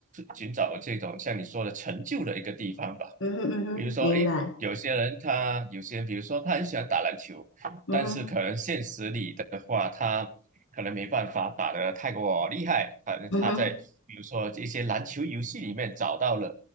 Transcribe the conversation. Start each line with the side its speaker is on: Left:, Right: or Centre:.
Right: 寻找这种像你说的成就的一个地方吧。
Left: 嗯哼嗯哼，
Right: 比如说，
Left: 明白。
Right: 诶，有些人他有些人，比如说他很喜欢打篮球，
Left: 嗯哼
Right: 但是可能现实里的话，他可能没办法打得太过厉害，反正他在比如说一些篮球游戏里面找到了
Left: 嗯哼。